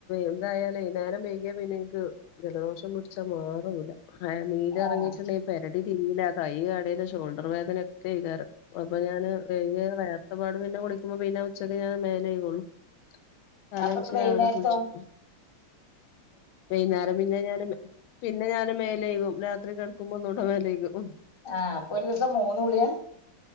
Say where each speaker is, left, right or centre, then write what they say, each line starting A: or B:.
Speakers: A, on the left; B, on the left.
A: ഇതായാലേ നേരം വെയ്കിയ പിന്നെ എനിക്ക് ജലദോഷം പിടിച്ചാൽ മാറൂല. നീര്
B: ആഹ്
A: ഇറങ്ങിയിട്ടുണ്ടെ പരടി തിരിയില്ല, കൈ കടയില്, ഷോൾഡർ വേദനയക്കെആയികരം--വേദനയക്കെആയികരം. അപ്പൊ ഞാന് വെകൃ വേർത്തപ്പാട് പിന്നെ കുളിക്കുമ്പോ പിന്നെ ഉച്ചക്ക് ഞാൻ മേല് കയ്ക്കൊള്ളൂ. തലനച്ച്
B: അപ്പൊ വൈകുന്നേരത്തോ
A: രാവിലെ കുളിച്ചും. വൈകുന്നേരം പിന്നെ ഞൻ പിന്നെ ഞാൻ മേലേകും രാത്രി കടക്കുമ്പോ ഒന്നൂടെ മേലേക്കും.
B: ആഹ് അപ്പൊ ഒരു ദിവസം മൂന്ന് കുളി.